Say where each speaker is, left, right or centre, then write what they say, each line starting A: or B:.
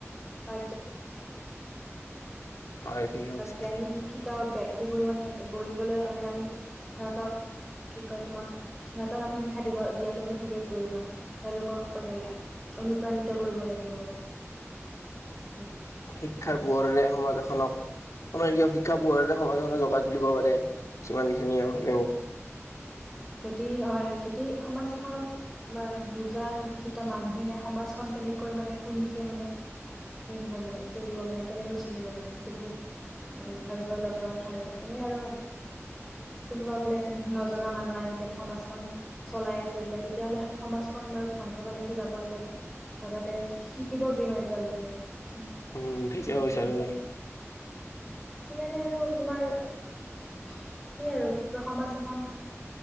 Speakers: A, in the centre; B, on the left.
A: বা
B: হয় ঠিকে কৈছা।
A: জ্ঞানী ত ব্যক্তিবোৰ মানে গ্ৰঢ়িবলৈ হ'লে আমি সিহঁতক কি কয় তোমাক সিহঁতক আমি শিক্ষা দিব দিয়াটো মানে খুবেই প্ৰয়োজন। তেওঁলোকক মানে অনুপ্ৰাণিত কৰিব লাগিব আৰু সেইটোৱে
B: শিক্ষাৰ পোহৰেৰে সমাজ এখনক আপোনাৰ কিয় শিক্ষা পোহৰতে সমাজ এখনক জগাই তুলিব পাৰে যিমান খিনি
A: সেইটোৱে,
B: হ'লেও
A: যদি হয় যদি সমাজ এখনত বা বুজা শিক্ষিত মানুহে নাই সমাজখন কেনেকৈ মানে কোন দিশে মানে সে হ'ব মানে চলিব মানে কেনেকৈ চলিব মানে সেইটো বহুত ভাবিব লগা কথা আৰু এনে আৰু আৰুম
B: উ
A: কোনোবা বোলে নজনা মানুহ নাই কেনে সমাজখন চলাই আছে বোলে তেতিয়াহ'লে সেই সমাজখন বাৰু ধ্বংসৰ পালেটো যাবই যাব লগতে শিকিব কি মানে তেওঁলোকে হোমহ,
B: উম ঠিকে
A: ‌ এনেকুৱা
B: কৈছা
A: ধৰণৰ
B: তুমি।
A: সেইকাৰণে আৰু তোমাৰ, অহ সেয়ে আৰু কি কয় সমাজ এখন